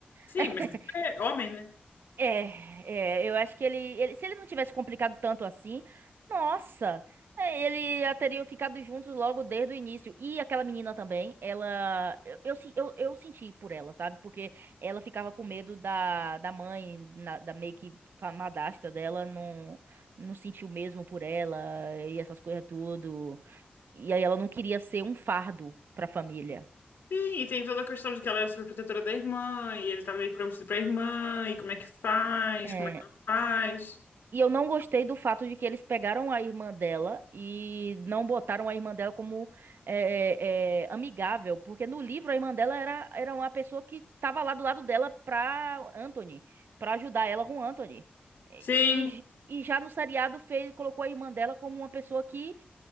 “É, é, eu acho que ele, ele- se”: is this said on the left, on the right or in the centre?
Right